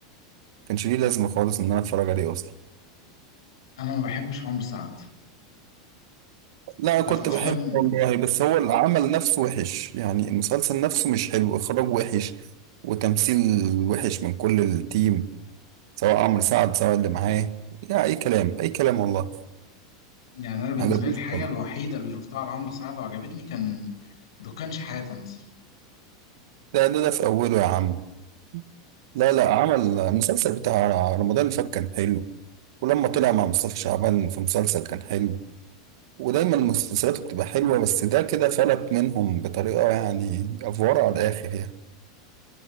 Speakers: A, on the right (about 65°); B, on the left (about 85°).
A: كانش ليه لازمة خالص ان انا اتفرج عليه اصلا
B: انا ما بحبش عمرو سعد
A: لا
B: ده
A: كنت
B: في افلام
A: بحبه والله بس هو العمل نفسه وحش يعني المسلسل نفسه مش حلو إخراج وحش وتمثيل وحش من كل التيم سواء عمرو سعد سواء اللي معاه لا أي كلام أي كلام والله
B: يعني انا بالنسبه
A: ما عجبنيش
B: لي الحاجه
A: خالص.
B: الوحيده اللي شفتها لعمرو سعد وعجبتني كان دكانش حياته مثلا
A: ده ده ده في أوله يا عم لا لا عمل المسلسل بتاع رمضان اللي فات كان حلو ولما طلع مع مصطفى شعبان في مسلسل كان حلو ودايما مسلسلاته بتبقى حلوة بس ده كده فلت منهم بطريقة يعني أفوارة على الآخر يعني